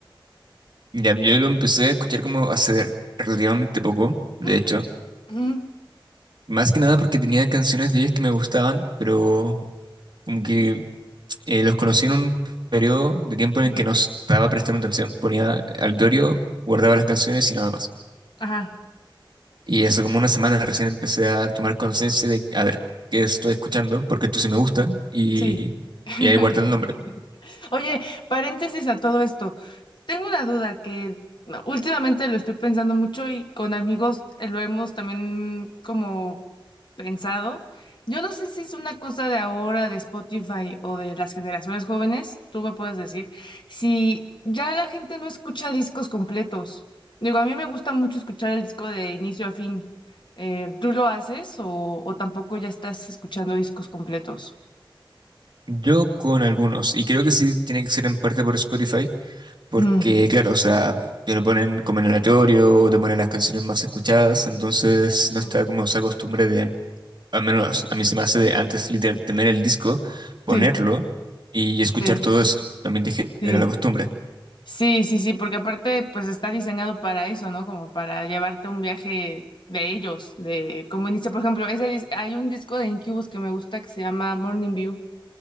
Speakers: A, on the right (about 60°); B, on the left (about 60°).
A: Ya, yo lo empecé a escuchar como hace relativamente poco, de
B: <clears throat>
A: hecho.
B: Ujú,
A: Más que nada porque tenía canciones de ellos que me gustaban, pero como que eh, los conocí en un periodo de tiempo en
B: ujú.
A: el que no estaba prestando atención. Ponía al Dorio, guardaba las canciones y nada más.
B: Ajá,
A: Y hace como una semana recién empecé a tomar conciencia de a ver qué estoy escuchando, porque esto sí me gusta, y,
B: sí. <laughs>
A: y ahí guardé el nombre.
B: Oye, paréntesis a todo esto. Tengo una duda que últimamente lo estoy pensando mucho y con amigos eh, lo hemos también como pensado. Yo no sé si es una cosa de ahora, de Spotify o de las generaciones jóvenes, tú me puedes decir, si ya la gente no escucha discos completos. Digo, a mí me gusta mucho escuchar el disco de inicio a fin. Eh, ¿tú lo haces o, o tampoco ya estás escuchando discos completos?
A: Yo con algunos, y creo que sí tiene que ser en parte por Spotify Porque,
B: Ujú.
A: claro, o sea, te lo ponen como en aleatorio o te ponen las canciones más escuchadas, entonces no
B: Mm.
A: está como esa costumbre de, al menos a mí se me hace de antes literal tener el disco, ponerlo
B: Sí,
A: y escuchar
B: sí,
A: todo eso. También te genera
B: sí.
A: la costumbre.
B: Sí, sí, sí, porque aparte, pues está diseñado para eso, ¿no? Como para llevarte un viaje de ellos, de cómo inicia. Por ejemplo, ese dis- hay un disco de Incubus que me gusta que se llama Morning View.